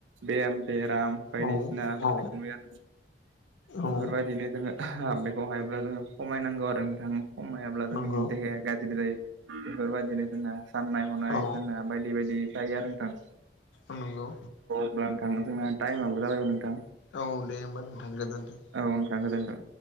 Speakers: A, on the right; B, on the left.
A: बेम बेराम बायदिसिना
B: औ
A: जानाय
B: औ
A: आरो बेफोरबायदिनो
B: औ
A: जोङो बेखौ हायोब्ला जोङो खमायनांगौ आरो नोंथां। खमायाब्ला
B: नंगौ
A: जोंनि देहाया गाज्रि जायो बेफोरबायादिनो जोंना साननाय हनाय
B: औ
A: जोंना बायदि बायदि जायो आरो नोंथां।
B: औ नंगौ
A: जानो थाङो जोंना टाइम आबो जोंना जाबायमोन नोंथां।
B: औ दे होमबा नोंथां गोजोन्थों।
A: औ थां गोजोन्थों।